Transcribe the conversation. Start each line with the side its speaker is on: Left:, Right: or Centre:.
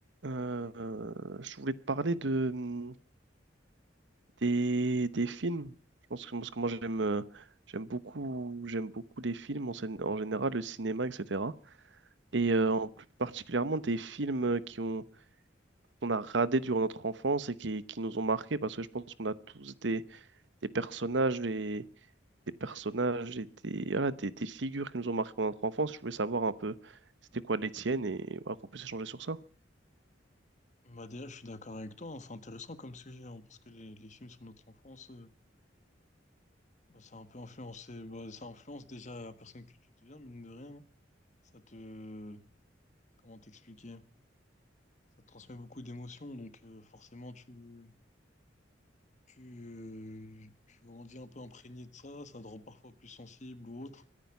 Right: Euh, je voulais te parler de, hum, des, des films. Je pense que parce que moi j'aime euh, j'aime beaucoup j'aime beaucoup les films en, scène- en général, le cinéma, etc. Et euh, en plus particulièrement des films euh, qui ont qu'on a radés durant notre enfance et qui, qui nous ont marqués parce que je pense qu'on a tous des, des personnages et des personnages et des, voilà, des, des figures qui nous ont marqués pendant notre enfance. Je voulais savoir un peu c'était quoi les tiennes et voilà, qu'on puisse échanger sur ça.
Left: Bah déjà, je suis d'accord avec toi, hein, c'est intéressant comme sujet, hein, parce que les, les films sur notre enfance, euh, bah, ça a un peu influencé, bah, ça influence déjà la personne que tu deviens, mine de rien. Ça te, comment t'expliquer? Ça te transmet beaucoup d'émotions, donc euh, forcément, tu, tu, euh, tu grandis un peu imprégné de ça, ça te rend parfois plus sensible ou autre.